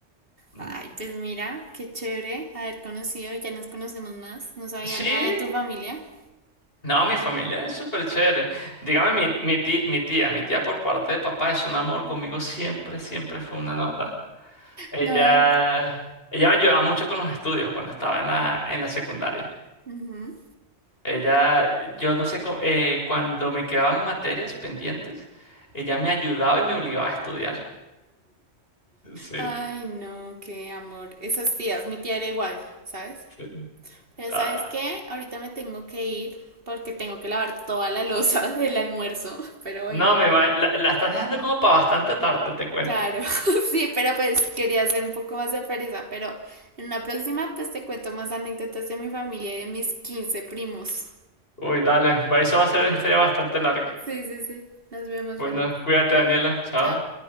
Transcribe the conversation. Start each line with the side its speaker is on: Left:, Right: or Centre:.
Left: Mm,
Right: Ay, pues mira, qué chévere haber conocido, ya nos conocemos más. No sabía
Left: Sí,
Right: nada de tu familia. <laughs>
Left: No, mi familia es súper chévere. Dígame, mi, mi ti- mi tía, mi tía por parte de papá es un amor conmigo, siempre, siempre fue una nota. Ella,
Right: No.
Left: ella me ayudaba mucho con los estudios cuando estaba en la, en la secundaria.
Right: ujú.
Left: Ella, yo no sé, co- eh, cuando me quedaban materias pendientes, ella me ayudaba y me obligaba a estudiar. Sí,
Right: Ay, no, qué amor. Esas tías, mi tía era igual, ¿sabes?
Left: sí.
Right: Pero
Left: Ah,
Right: ¿sabes qué? Ahorita me tengo que ir porque tengo que lavar toda la loza <laughs> del almuerzo. Pero bueno,
Left: no, me va- la, la estás dejando como para bastante tarde, te cuento.
Right: Claro, <laughs> sí, pero pues quería ser un poco más sorpresa, pero en una próxima pues te cuento más anécdotas de mi familia y de mis 15 primos.
Left: Uy, dale, va- eso va a ser una historia bastante larga.
Right: Sí, sí, sí. Nos vemos,
Left: Bueno,
Right: Felipe.
Left: cuídate, Daniela, chao.
Right: Chao.